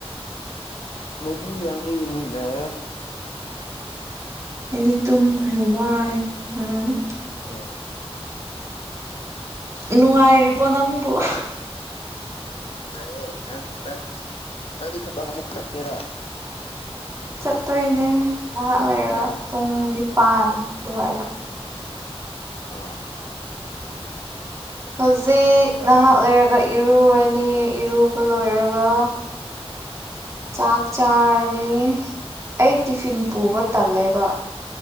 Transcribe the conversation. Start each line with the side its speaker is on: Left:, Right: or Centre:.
Left: ꯃꯨꯒꯤ ꯌꯥꯝꯕꯤꯅꯤꯗꯌꯦ
Right: ꯑꯩꯗꯤ ꯇꯨꯝꯈ꯭ꯔꯦ ꯋꯥꯢ ꯉꯔꯥꯡ
Left: ꯍꯣꯢ
Right: ꯅꯨꯡꯉꯥꯢꯔꯤꯕꯣ ꯅꯪꯕꯨ ꯍꯤ
Left: ꯅꯨꯉꯥꯢꯌꯦ ꯅꯪ ꯅꯪ ꯅꯪꯗꯤ ꯊꯕꯛ ꯑꯃꯨꯛ ꯆꯠꯀꯦꯔꯥ
Right: ꯆꯠꯇꯣꯢꯅꯦ ꯉꯍꯥꯛ ꯂꯩꯔ
Left: ꯍꯥ
Right: ꯄꯨꯡ ꯅꯤꯄꯥꯟ ꯑꯗꯨꯋꯥꯢꯗ
Left: ꯑꯥ
Right: ꯍꯧꯖꯤꯛ ꯉꯍꯥꯛ ꯂꯩꯔꯒ ꯏꯔꯨꯔꯅꯤ ꯏꯔꯨꯕ ꯂꯣꯢꯔꯒ ꯆꯥꯛ ꯆꯥꯔꯅꯤ ꯑꯩ ꯇꯤꯐꯤꯟ ꯄꯨꯕ ꯇꯜꯂꯦꯕ